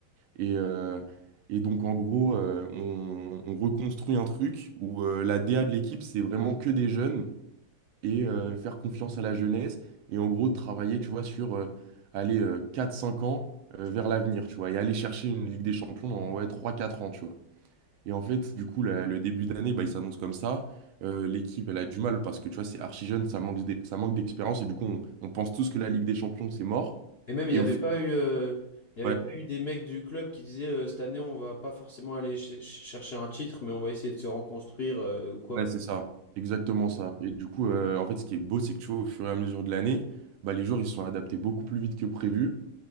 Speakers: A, on the right (about 80°); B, on the left (about 55°).
A: Et, euh, et donc, en gros, euh, on, on reconstruit un truc où euh, la DA de l'équipe, c'est vraiment que des jeunes. et euh, faire confiance à la jeunesse et en gros travailler, tu vois, sur euh, aller euh, 4-5 ans euh, vers l'avenir, tu vois, et aller chercher une Ligue des Champions dans ouais, trois quatre ans, tu vois. Et en fait, du coup, la- le début d'année, bah, il s'annonce comme ça. Euh, l'équipe, elle a du mal parce que, tu vois, c'est archi jeune, ça manque d'e- ça manque d'expérience et du coup, on, on pense tous que la Ligue des Champions, c'est mort.
B: Et même, il
A: Et
B: n'y avait
A: au fi-
B: pas eu. euh, Il y avait
A: ouais,
B: pas eu des mecs du club qui disaient euh, cette année on va pas forcément aller ch- ch- chercher un titre mais on va essayer de se reconstruire euh, ou quoi.
A: ouais, c'est ça, exactement ça. Et du coup, euh, en fait, ce qui est beau, c'est que tu vois, au fur et à mesure de l'année, bah, les joueurs, ils se sont adaptés beaucoup plus vite que prévu.